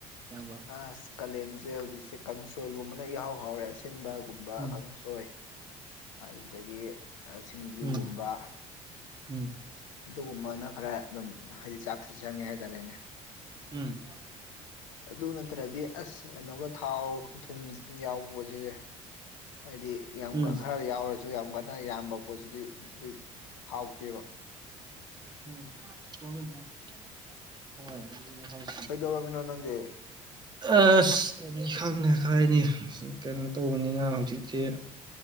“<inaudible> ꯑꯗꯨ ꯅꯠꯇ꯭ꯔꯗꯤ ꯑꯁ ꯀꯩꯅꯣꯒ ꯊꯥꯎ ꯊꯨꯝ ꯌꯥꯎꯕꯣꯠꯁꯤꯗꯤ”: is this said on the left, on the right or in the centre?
Left